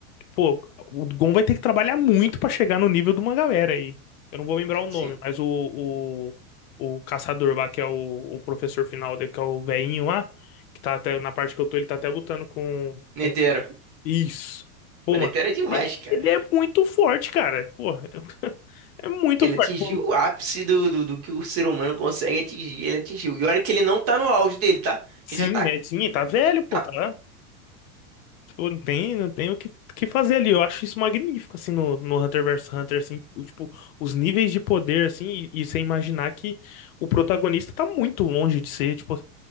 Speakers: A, on the left; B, on the right.
A: Pô, o Gon vai ter que trabalhar muito pra chegar no nível de uma galera aí. Eu não vou lembrar o nome,
B: Sim.
A: mas o, o, o caçador lá, que é o, o professor final dele, que é o velhinho lá, que tá até, na parte que eu tô, ele tá até lutando com,
B: Netero.
A: com... Isso. Pô,
B: O Netero
A: mano,
B: é demais,
A: ele é,
B: cara.
A: ele é muito forte, cara. Pô, <laughs> é muito
B: Ele
A: forte.
B: atingiu
A: Pô,
B: o ápice do, do, do que o ser humano consegue atingir. Ele atingiu. E olha que ele não tá no auge dele, tá?
A: Sim,
B: Que já tá.
A: é, sim, tá velho, pô,
B: tá-
A: tá. Pô, não tem, não tem o que, que fazer ali. Eu acho isso magnífico, assim, no, no Hunter vs Hunter, assim, o, tipo, os níveis de poder, assim, e, e você imaginar que o protagonista tá muito longe de ser, tipo,